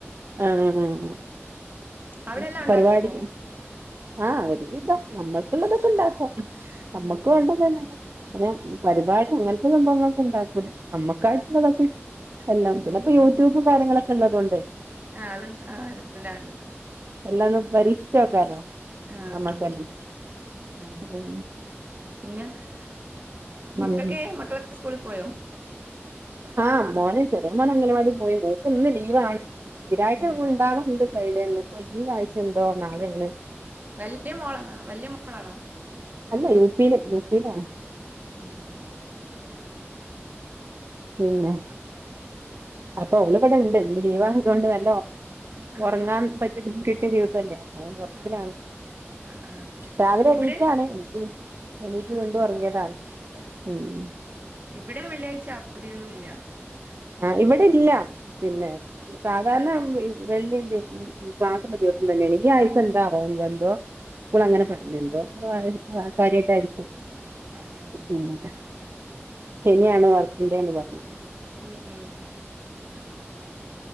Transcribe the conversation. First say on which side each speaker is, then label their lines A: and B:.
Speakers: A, on the right (about 55°); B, on the right (about 40°).
A: ആഹ് ആഹ് ആഹ് എന്താ
B: അവിടെ എല്ലാം ഉണ്ടാക്കുവോ
A: പരിപാടി ആഹ് ഒരു വിധം നമ്മൾക്കുള്ളതൊക്കെണ്ടാക്കും
B: ഉം
A: നമ്മക്ക് വെണ്ടതന്നെ അങ്ങനെ പരിപാടി അങ്ങനത്തെ സംഭവങ്ങളൊക്കെ ഇണ്ടാക്കൂല നമ്മക്കായി ചിലതൊക്കെ എല്ലാം പിന്നെ
B: ഉം
A: ഇപ്പൊ യൂട്യൂബ്
B: ഉം
A: കാര്യങ്ങളൊക്കെയുള്ളതു കൊണ്ടേ
B: ആ അതുണ്ട് ആ എല്ലാം ഉണ്ടാക്കും
A: എല്ലാം ഒന്ന് പരീക്ഷിച്ച് നോക്കാലോ
B: ആഹ്
A: നമ്മക്കന്നെ
B: ആഹ് ആഹ്
A: ഉം
B: പിന്നെ - മക്കക്കെ
A: ഉം
B: മക്കളൊക്കെ സ്കൂളിൽ പോയോ
A: ആഹ് മോനെ ചെറിയ മോന് അംഗനവാടി പോയി ഇല്ലേ ഇപ്പൊ ഇന്ന് ലീവാണ് സ്ഥിരായിട്ട്
B: ഉം
A: ഇവിടെ ഉണ്ടാവാറുണ്ട് ഫ്രൈഡേന്ന് ഇപ്പൊ ഈ ആഴ്ച ഇണ്ടോ നാളെന്ന്
B: വെല്ല്യ മോളാണോ വെല്ല്യ മോളാണോ
A: അല്ല യുപിയില് യുപിയിലാണ്
B: ഉം ഉം
A: പിന്നെ
B: പിന്നെ
A: അപ്പൊ അവള് ഇവടുണ്ട് ഇന്ന് ലീവായതോണ്ട് നല്ലോ
B: ആഹ്
A: ഉറങ്ങാൻ പറ്റിയ കിട്ടിയ ദിവസല്ലേ അവള് ഒറക്കില്ലാണ്
B: ആഹ് അ
A: രാവിലെ എണീറ്റതാണ്
B: ഇവിടെ
A: എന്നിട്ട്
B: ആഹ്
A: വീണ്ടും ഒറങ്ങിയതാണ് ഉം
B: ഇവിടെ വെള്ളിയാഴ്ച അവധിയൊന്നൂല്ല
A: ആഹ് ഇവിടെ ഇല്ല പിന്നെ സാധാരണ വെള്ളി ക്ലാസ്സൊ‌ള്ള ദിവസം തന്നെയാണ് ഈ ആഴ്ച എന്താവോ എന്തോ സ്കൂൾ അങ്ങനെ പറഞ്ഞെന്തോ കാര്യായിട്ടായിയിരിക്കും
B: ആഹ് ആഹ്
A: <unintelligible> ശെനിയാണ് വർക്കിംഗ് ഡേ എന്ന് പറഞ്ഞു
B: ഉം ഉം
A: <unintelligible>